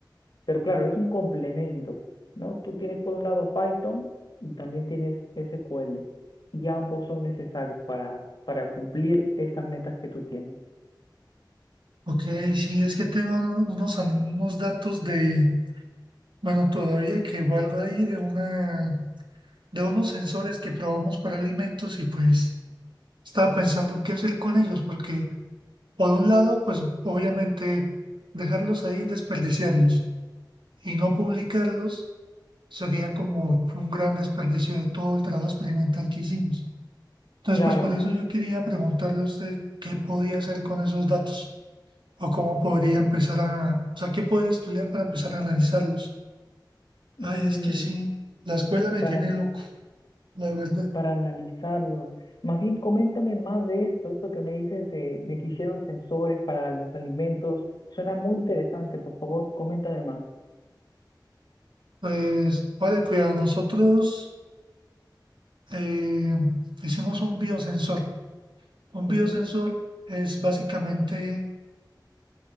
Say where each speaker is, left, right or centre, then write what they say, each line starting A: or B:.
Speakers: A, on the left; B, on the right.
A: Pero claro, es un complemento, ¿no? Tú tienes por un lado a Python y también tienes SQL. Y ambos son necesarios para, para cumplir estas metas que tú tienes.
B: Ok, sí, es que tengo unos, unos datos de, bueno, todavía que guardo ahí de una, de unos sensores que probamos para alimentos y pues estaba pensando qué hacer con ellos porque Por un lado, pues obviamente dejarlos ahí, desperdiciarlos y no publicarlos sería como un gran desperdicio de todo el trabajo experimental que hicimos. Entonces,
A: Claro.
B: pues por eso yo quería preguntarle a usted qué podía hacer con esos datos o cómo podría
A: eh,
B: empezar a, o sea, qué poder estudiar para empezar a analizarlos.
A: mm,
B: Ay, es que sí, la escuela me
A: para,
B: tiene loco, la verdad.
A: para analizarlos. Más bien, coméntame más de esto, esto que me dicen se- de que hicieron sensores para los alimentos. Suena muy interesante, por favor, coméntame más.
B: Pues, vale, cuidado, nosotros eh, hicimos un biosensor. Un
A: Ujú,
B: biosensor es básicamente